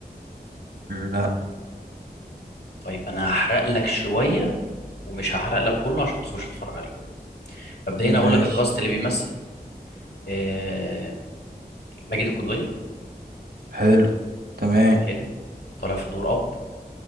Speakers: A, on the right; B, on the left.
A: لا
B: طيب انا هحرق لك شويه ومش هحرق لك كله عشان تخش تتفرج عليه كله مبدئيا اقول
A: ماشي
B: لك الكاست اللي بيمثل آه، ماجد الكدواني
A: حلو تمام
B: حلو طالع في دور اب